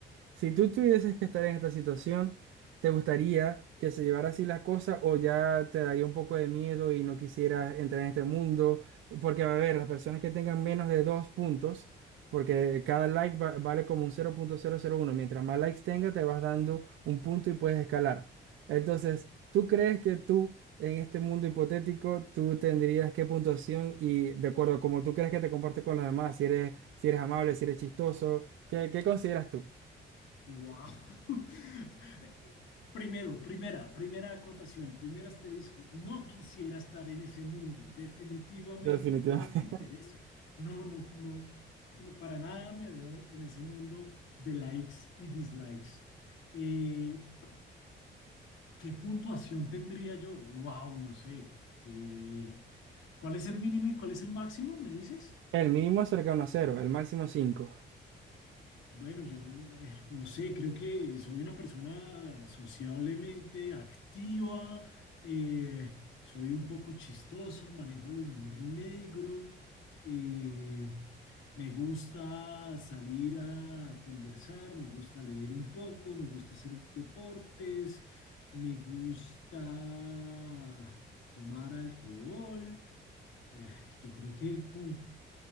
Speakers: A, on the right; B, on the left.
A: si tú tuvieses que estar en esta situación, ¿te gustaría que se llevara así la cosa o ya te daría un poco de miedo y no quisieras entrar en este mundo? Porque, a ver, las personas que tengan menos de dos puntos, porque cada like va- vale como un cero punto cero cero punto uno. mientras más likes tenga, te vas dando un punto y puedes escalar. Entonces, ¿tú crees que tú, en este mundo hipotético, tú tendrías qué puntuación y de acuerdo a cómo tú crees que te comportes con los demás, si eres, si eres amable, si eres chistoso, ¿qué, qué consideras tú?
B: ¡Wow! <laughs> Primero, primera, primera acotación, primer asterisco. No quisiera estar en ese mundo. Definitivamente
A: Definitivamente.
B: no me interesa. No, no, no, no, para nada me veo en ese mundo de likes y dislikes. Eh, ¿Qué puntuación tendría yo? Wow, no sé. Eh, ¿cuál es el mínimo y cuál es el máximo? ¿Me dices?
A: El mínimo es cercano a cero, el máximo 5.
B: Bueno, yo eh, no sé, creo que soy una persona sociablemente activa, eh, soy un poco chistoso, manejo el humor negro, eh, me gusta salir a conversar, me gusta leer un poco, me gusta hacer deportes, me gusta tomar alcohol. Eh, yo creo que con